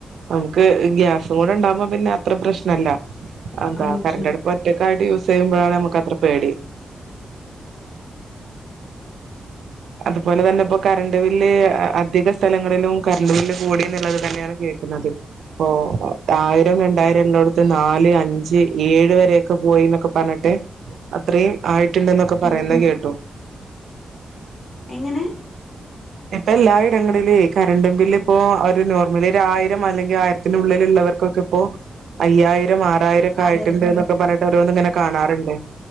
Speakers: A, on the right; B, on the left.
A: നമുക്ക് ഗ്യാസും കൂടെണ്ടാവുമ്പോ പിന്നെ അത്ര പ്രശ്നല്ല അന്താ
B: പറഞ്ഞിട്ടുണ്ട്
A: കറന്റടുപ്പ് ഒറ്റക്കായിട്ട് യൂസെയ്യുമ്പോഴാണ് ഞമ്മക്കത്ര പേടി അതുപോലെ തന്നെ ഇപ്പോ കറണ്ട് ബില്ല് അധിക സ്ഥലങ്ങളിലും കറണ്ട് ബില്ല് കൂടി എന്നുള്ളത് തന്നെയാണ് കേക്കുന്നത് പ്പൊ ആയിരം രണ്ടായിരംള്ളോട്ത്ത് നാല് അഞ്ച് ഏഴ് വരെയൊക്കെ പോയി ന്നൊക്കെ പർഞ്ഞിട്ട് അത്രേം ആയിട്ടുണ്ടന്നൊക്കെ പറയുന്ന
B: ഉം ഉം
A: കേട്ടു.
B: എങ്ങനെ?
A: ഇപ്പെല്ലാ ഇടങ്ങളിലൂയ് കറണ്ട് ബില്ല്പ്പോ ഒരു നോർമലി ഒരു ആയിരം അല്ലെങ്കിൽ ആയിരത്തിനുള്ളില്ള്ളവർ-. കൊക്കെപ്പോ അയ്യായിരം ആറായിരം ഒക്കെ
B: അതെ
A: ആയിട്ടുണ്ട്,
B: അതെ
A: ന്നൊക്കെ പറഞ്ഞിട്ട് ഓരോന്ന്ങ്ങനെ കാണാറുണ്ട്.